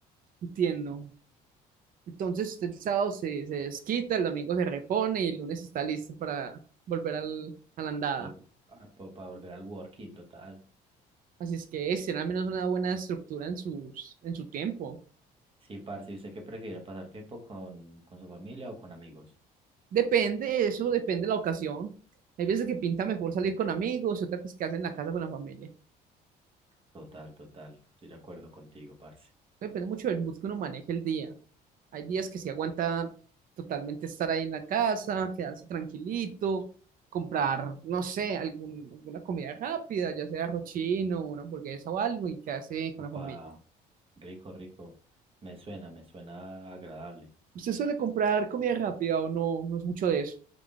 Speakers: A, on the right; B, on the right.
A: Entiendo. Entonces usted el sábado se, se desquita, el domingo se repone y el lunes está listo para volver al, a la andada.
B: algo, para volver al working total.
A: Así es que es tener al menos una buena estructura en, sus, en su tiempo.
B: Sí, parce, ¿y usted qué prefiere? ¿Pasar tiempo con, con su familia o con amigos?
A: Depende, eso depende de la ocasión. Hay veces que pinta mejor salir con amigos y otras que hacer en la casa con la familia.
B: Total, total. Estoy de acuerdo contigo, parce.
A: Depende mucho del mood que uno maneje el día. Hay días que se aguanta totalmente estar ahí en la casa, quedarse tranquilito, comprar, no sé, algún, alguna comida rápida, ya sea rochino, una hamburguesa o algo, y quedarse
B: Opa,
A: con la familia.
B: rico, rico. Me suena, me suena agradable.
A: ¿Usted suele comprar comida rápida o no? No es mucho de eso.